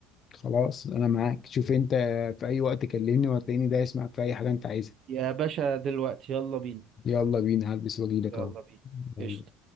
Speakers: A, on the left (about 40°); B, on the right (about 50°).
A: خلاص انا معاك شوف انت في اي وقت كلمني وهتلاقيني دايس معاك في اي حاجه انت عايزها
B: يا باشا دلوقتي يلا بينا
A: يلا بينا هلبس واجيلك
B: يلا
A: اهو
B: بينا
A: يلا
B: قشطة